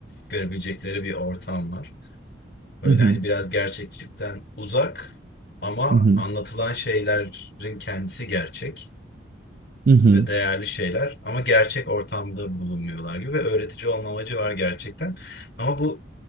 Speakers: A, on the left (about 60°); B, on the right (about 50°).
A: görebilecekleri bir ortam var. Böyle
B: Hı hı,
A: hani biraz gerçekçilikten uzak ama
B: hı hı,
A: anlatılan şeylerin kendisi gerçek.
B: hı hı,
A: ve değerli şeyler ama gerçek ortamda bulunmuyorlar gibi ve öğretici olma amacı var gerçekten. Ama bu